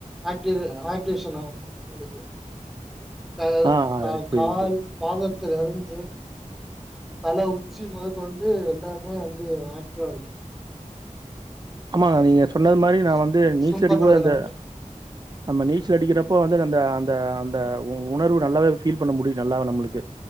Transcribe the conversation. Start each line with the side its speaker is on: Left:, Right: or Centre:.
Centre: ஆக்டிவ் ஆக்டிவேஷன் ஆகு உங்களுக்கு க
Right: ஆ ஆ
Centre: கா
Right: புரியுது
Centre: கால்
Right: புரியுது
Centre: பாதத்துல இருந்து தல உச்சி மொதகொண்டு எல்லாமே வந்து எணக் காரு
Right: ஆமாங்க நீங்க சொன்னது மாரி நா
Centre: ஸ்விம்
Right: வந்து நீச்சல்
Centre: ஸ்விம்
Right: அடிக்கு
Centre: பண்றதுல
Right: போது அந்த
Centre: மட்டு
Right: நம்ம நீச்சல் அடிக்கிறப்போ வந்து அந்த அந்த அந்த உ உணர்வு நல்லாவே ஃபீல் பண்ண முடியு நல்லாவ நம்மளுக்கு